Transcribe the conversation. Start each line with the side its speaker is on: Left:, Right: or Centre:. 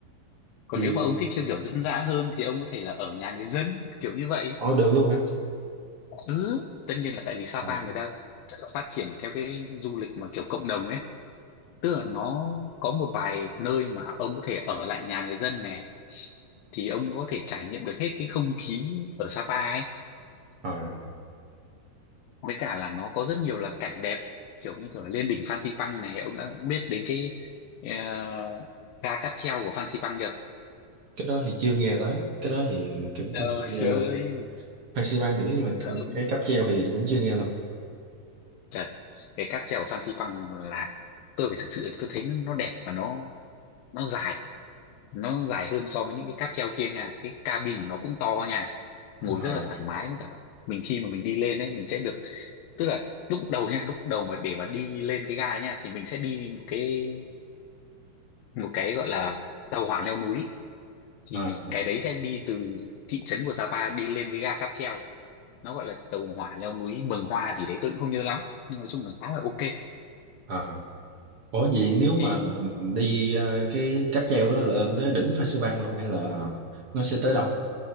Left: còn
Right: thì
Left: nếu mà ông thích theo kiểu dân dã hơn thì ông có thể là ở nhà người dân kiểu như vậy
Right: Ồ, được luôn hả
Left: ừ tất nhiên là tại vì Sapa
Right: Ờ,
Left: người ta rất là phát triển theo cái du lịch mà kiểu cộng đồng ấy tức là nó có một vài nơi mà ông có thể ở lại nhà người dân này thì ông có thể trải nghiệm được hết cái không khí ở Sapa ấy
Right: ờ.
Left: với cả là nó có rất nhiều là cảnh đẹp kiểu như kiểu là lên đỉnh Phan Xipang này ông đã biết đến cái ờ, ga cáp treo của Phan Xipang chưa
Right: cái đó thì chưa nghe tới cái đó thì kiểu
Left: trời
Right: tôi chưa nghe luôn
Left: ơi
Right: Phan xi Păng thì biết nhưng mà
Left: tức là ông-
Right: cái cáp treo thì cũng chưa nghe luôn
Left: trời cái cáp treo của Phan Xipang là tôi phải thực sự tôi thấy nó đẹp và nó nó dài nó dài hơn so với những cái cáp treo kia nha cái cabin của nó cũng to nha ngồi
Right: à
Left: rất là thoải mái với cả mình khi mà mình đi lên ấy mình sẽ được tức là lúc đầu nha lúc đầu mà để mà đi lên cái ga đấy nha thì mình sẽ đi một cái một cái gọi là tàu hỏa leo núi thì
Right: à.
Left: cái đấy sẽ đi từ thị trấn của Sapa đi lên cái ga cáp treo nó gọi là tàu hỏa leo núi Mường Hoa gì đấy tôi cũng không nhớ lắm nhưng nói chung là khá là ok
Right: ờ. Ủa vậy nếu mà
Left: thì
Right: mình đi ờ, cái cáp treo đó lên tới đỉnh Phan xi Păng luôn hay là nó sẽ tới đâu